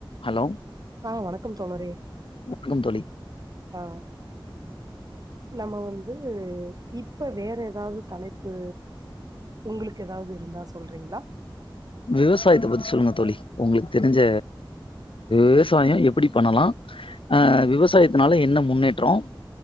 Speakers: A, on the left; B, on the right.
A: Hello
B: ஆ வணக்கம் தோழரே
A: வணக்கம் தோழி
B: ஆ நம்ம வந்து இப்ப வேற ஏதாவது தலைப்பு உங்களுக்கு ஏதாவது இருந்தா சொல்றீங்களா
A: விவசாயத்தை பத்தி சொல்லுங்க தோழி உங்களுக்கு தெரிஞ்ச விவசாயம் எப்படி பண்ணலாம் அ விவசாயத்துனால என்ன முன்னேற்றம்